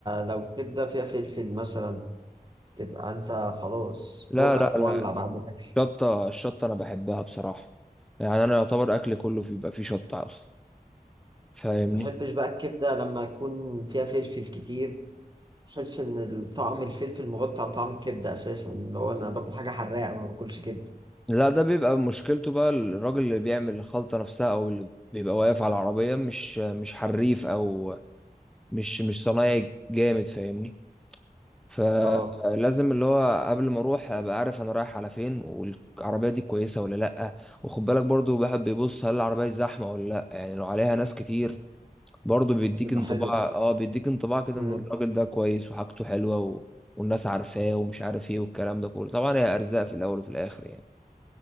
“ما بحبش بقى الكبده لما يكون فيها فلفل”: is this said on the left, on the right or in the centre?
Right